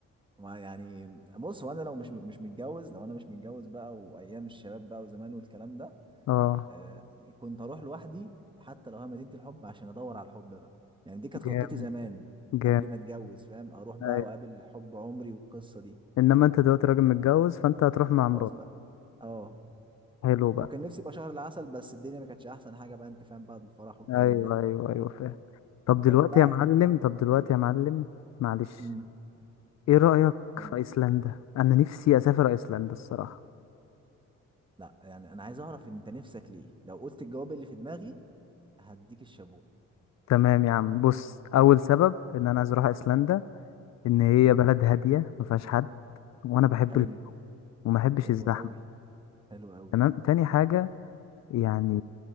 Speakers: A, on the right; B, on the left.
A: ما يعني بص هو انا لو مش مش متجوز لو انا مش متجوز بقى وايام الشباب بقى وزمان والكلام ده
B: اه
A: آه، كنت اروح لوحدي حتى لو هي مدينة الحب عشان ادور على الحب بقى يعني دي كانت خطتي
B: جامد
A: زمان
B: جامد
A: قبل ما اتجوز فاهم اروح بقى
B: ايوه
A: واقابل حب عمري والقصة دي
B: انما انت دلوقتي راجل متجوز فانت هتروح مع
A: خلاص
B: مراتك
A: بقى اه
B: حلو بقى
A: هو كان نفسي يبقى شهر العسل بس الدنيا ما كانتش احسن حاجة بقى انت فاهم بعد الفرح والكلام
B: ايوه
A: ده
B: ايوه ايوه فاهم طب دلوقتي
A: طب بقى
B: يا معلم طب دلوقتي يا معلم معلش
A: امم
B: ايه رأيك
A: قول.
B: في ايسلندا انا نفسي اسافر ايسلندا الصراحة
A: لا يعني انا عايز اعرف انت نفسك ليه لو قلت الجواب اللي في دماغي هديك الشابوه
B: تمام يا عم بص اول سبب ان انا عايز اروح ايسلندا ان
A: حلو
B: هي بلد هادية ما فيهاش حد وانا بحب
A: حلو
B: ال... وما بحبش
A: حلو
B: الزحمة
A: قوي حلو قوي
B: تمام تاني حاجة يعني